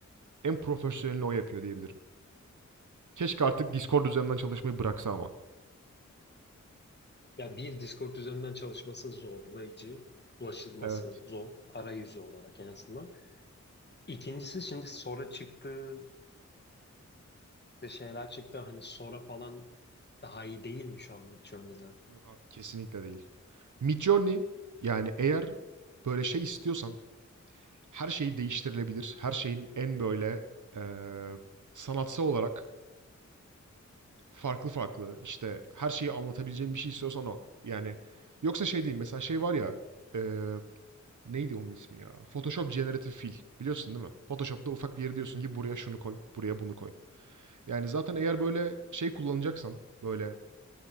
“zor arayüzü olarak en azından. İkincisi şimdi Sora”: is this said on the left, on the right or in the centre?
Left